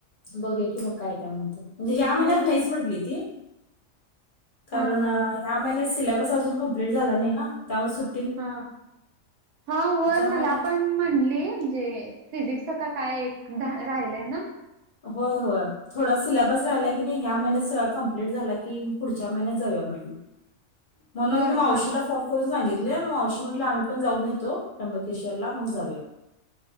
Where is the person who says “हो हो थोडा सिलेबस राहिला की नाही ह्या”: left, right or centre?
Left